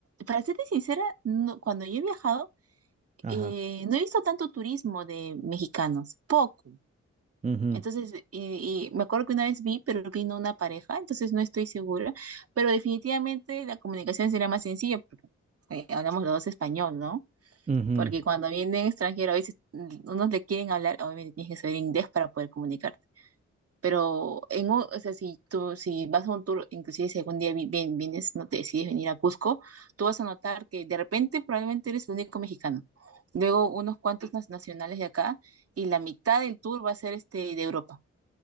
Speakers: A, on the right; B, on the right.
A: para serte sincera, no- cuando yo he viajado,
B: Ajá.
A: eh, no he visto tanto turismo de mexicanos, poco.
B: Ujú,
A: Entonces, y, y me acuerdo que una vez vi, pero vino una pareja, entonces no estoy segura, pero definitivamente la comunicación sería más sencilla, porque eh, hablamos los dos español, ¿no?
B: ujú.
A: Porque cuando vienen extranjeros, a veces mm, unos le quieren hablar, obviamente tienes que saber inglés para poder comunicarte. Pero en un- o sea, si tú, si vas a un tour, inclusive si algún día vi- vien- vienes, no te decides venir a Cusco, tú vas a notar que de repente probablemente eres el único mexicano. Luego unos cuantos nas- nacionales de acá y la mitad del tour va a ser este de Europa.